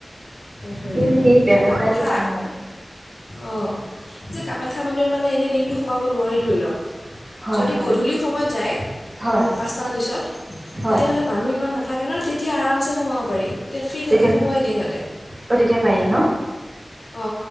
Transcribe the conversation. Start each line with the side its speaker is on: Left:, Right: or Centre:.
Left: এই ধৰে
Right: সি মানে সেই
Left: কিন্তু
Right: ব্যৱসায়টো
Left: এটা কথা।
Right: ভাল নালাগে।
Left: অ যে কামাখ্যা মন্দিৰত মানে এনেই দিনটো সোমাব নোৱাৰি ধৰি লওক।
Right: হয়,
Left: যদি
Right: হয়,
Left: গধূলি সময়ত যায়
Right: হয়,
Left: পাঁচটাৰ পিছত
Right: হয়,
Left: তেতিয়াহ'লে মানুহ ইমান না থাকে ন তেতিয়া আৰামচে সোমাব পাৰি এতিয়া ফ্ৰী থাকে
Right: তেতিয়া
Left: সোমোৱাই দিয়ে সিহঁতে।
Right: অ', তেতিয়া পাৰি ন?
Left: অ